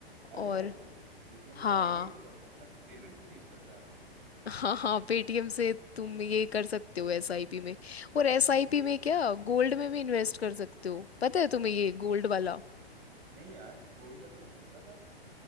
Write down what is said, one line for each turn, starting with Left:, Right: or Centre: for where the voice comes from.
Right: अरे
Left: और
Right: भाई साहब पेटीएम को
Left: हाँ
Right: तो आइडिया ही नहीं था उसको तो मैं सिर्फ पेमेंट्स के लिए यूज करते आ रहा हूँ अभी तक
Left: हाँ हाँ पेटीएम से तुम ये कर सकते हो एसआईपी में और
Right: ओके
Left: एसआईपी में क्या गोल्ड में भी इन्वेस्ट कर सकते हो पता है तुम्हें ये गोल्ड वाला
Right: नहीं यार कोड का तो मेरे को नहीं पता था